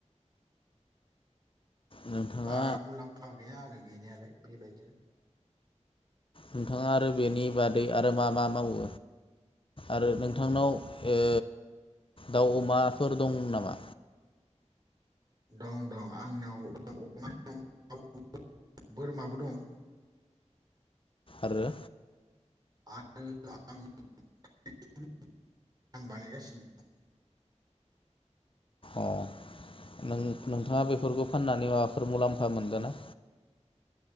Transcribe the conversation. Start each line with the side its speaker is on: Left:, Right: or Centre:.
Left: नोंथाङा
Right: बारा मुलाम्फा गैया आरो गैनायालाय बेबायदिनो
Left: नोंथाङा आरो बेनि बादै आरो मा मा मावो आरो नोंथांनाव ओ दाउ अमाफोर दं नामा?
Right: दं दं आंनाव अमा दं <unintelligible> बोरमाबो दं
Left: आरो
Right: आरो आं <unintelligible> बानायगासिनो दं
Left: अ नों नोंथाङा बेफोरखौ फाननानै माबाफोर मुलाम्फा मोनदों ना